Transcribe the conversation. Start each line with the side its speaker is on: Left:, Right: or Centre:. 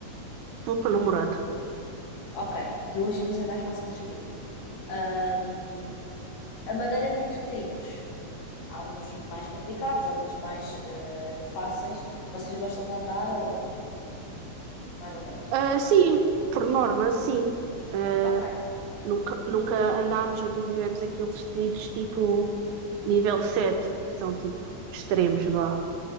Right: Vou com o namorado.
Left: Ok, duas pessoas é mais fácil gerir. Ahm, a Madeira é muito trilhos. Há uns mais complicados, há outros mais eh, fáceis. Vocês gostam de andar ou mais ou menos?
Right: Ah, sim, por norma, sim. Ah,
Left: Ok.
Right: Nunca, nunca andámos, nunca fizemos aqueles trilhos tipo nível sete que são tipo extremos, vá.